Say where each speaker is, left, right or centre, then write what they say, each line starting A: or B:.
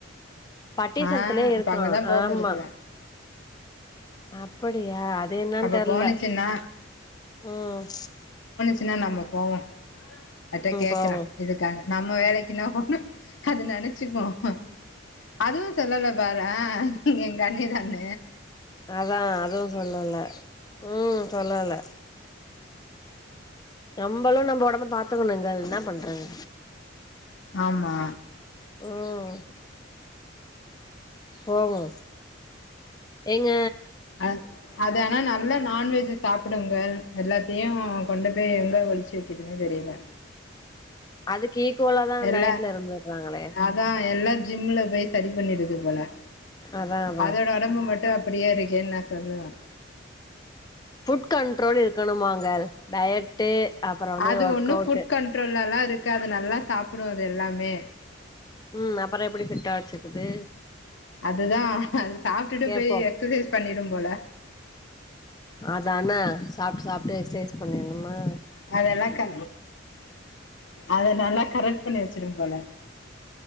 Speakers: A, on the left; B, on the left.
A: பட்டீஸ்வரத்துலயே
B: ஆ அப்ப
A: இருக்கு
B: அங்கதான் போகுது
A: ஆமா
B: போல
A: அப்படியா அது என்னன்னு
B: அப்ப
A: தெர்ல
B: போனுச்சுன்னா
A: உம்
B: சுனா நம்ம போவோம் அதுட்ட கேக்ற
A: போவோ
B: இதுக்காக நம்ம வேலைக்கு <unintelligible> அது நெனச்சுக்கு அதுவு சொல்லல பாரே எங்க அண்ணி தான
A: அதான் அதுவு சொல்லல உம் சொல்லல நம்பளும் நம்ப ஒடம்ப பாரத்துக்கணுங்க என்ன பண்றது
B: ஆமா
A: ம் போவோ ஏங்க
B: அ அது ஆனா நல்ல நான்வெஜ் சாப் பிடுங்க எல்லாத்தையும் கொண்டு போய் எங்க ஒழிச்சு வக்குதுன்னு தெரியல
A: அதுக்கு ஈக்குவலா தா
B: எல்லாம்
A: டயட்ல இருந்துர்றாங்களே
B: அதா எல்லாம் ஜிம்ல போய் சரி பண்ணிடுது போல
A: அதா அதா
B: அதோட ஒடம்பு மட்டும் அப்படியே இருக்கேன்னு நான் சொல்லுவேன்
A: ஃபுட் கண்ட்ரோல் இருக்கணுமாங்க டயட்டு அப்புறோ வந்து
B: அது
A: ஒர்க்
B: ஒண்ணு
A: அவுட்டு
B: ஃபுட் கண்ட்ரோல்ல எல்லாம் இருக்காது நல்லா சாப்டும் அது எல்லாமே
A: உம் அப்ரோ எப்பிடி ஃபிட்டா வச்சிக்குது
B: அதுதான் அது சாப்ட்டுட்டு
A: கேப்போ
B: போய் எக்சர்சைஸ் பண்ணிடும் போல
A: அதான சாப்ட்டு சாப்ட்டு எக்சசைஸ் பண்ணிருணுமா
B: அதெல்லா க அத நல்லா கரெக்ட் பண்ணி வச்சிரும் போல